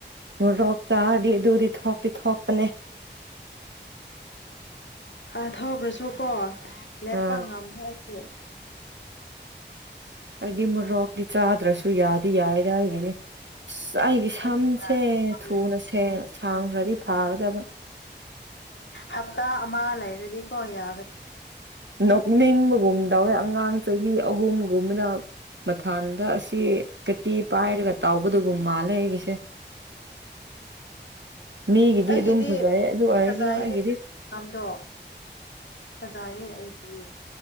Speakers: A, on the right; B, on the left.
A: ꯃꯣꯔꯣꯛ ꯆꯥꯔꯗꯤ ꯑꯗꯨꯗꯤ ꯊꯣꯛꯇꯤ ꯊꯣꯛꯄꯅꯦ꯫
B: ꯑ ꯊꯣꯛꯈ꯭ꯔꯁꯨꯀꯣ ꯂꯦꯞꯄ
A: ꯑꯥ
B: ꯉꯝꯗꯦ ꯑꯩꯗꯤ꯫
A: ꯍꯥꯏꯗꯤ ꯃꯣꯔꯣꯛꯇꯤ ꯆꯥꯗ꯭ꯔꯁꯨ ꯌꯥꯗꯤ ꯌꯥꯏꯌꯦꯗ ꯑꯩꯒꯤꯗꯤ꯫ ꯑꯩꯒꯤ ꯁꯝꯁꯦ
B: ꯑꯩ ꯌꯥꯗꯦ
A: ꯊꯨꯅ ꯁꯦꯡ ꯁꯥꯡꯈ꯭ꯔꯗꯤ ꯐꯒꯗꯕ꯫
B: ꯍꯞꯇꯥ ꯑꯃ ꯂꯩꯔꯗꯤꯀꯣ ꯌꯥ
A: ꯅꯣꯛꯅꯤꯡꯕꯒꯨꯝ ꯇꯧꯋꯦ ꯑꯉꯥꯡ ꯆꯍꯤ ꯑꯍꯨꯝꯒꯨꯝꯕꯅ꯫ ꯃꯊꯥꯟꯗ ꯑꯁꯤ ꯀꯇꯤ ꯄꯥꯏꯔꯒ ꯇꯥꯎꯕꯗꯒꯨꯝ ꯃꯥꯜꯂꯦ ꯑꯩꯒꯤꯁꯦ꯫ ꯃꯤꯒꯤꯗꯤ
B: ꯑꯩꯒꯤꯗꯤ
A: ꯑꯗꯨꯝ ꯐꯖꯩ ꯑꯗꯨ ꯑꯣꯏꯔꯁꯨ
B: ꯐꯖꯌꯦ꯫
A: ꯑꯩꯒꯤꯗꯤ
B: ꯁꯝꯗꯣ ꯐꯖꯌꯦ ꯑꯩꯒꯤꯗꯤ꯫